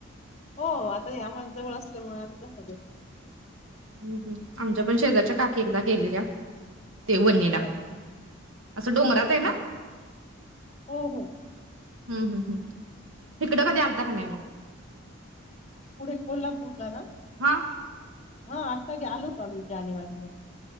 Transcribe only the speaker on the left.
हो आता आम्हाला जवळ असल्यामुळ आमी <unintelligible>
ह
ह हो हो
पुढे कोल्हापूरला ना?
हा आत्ता घे आलोतो आम्ही जानेवारी मधे.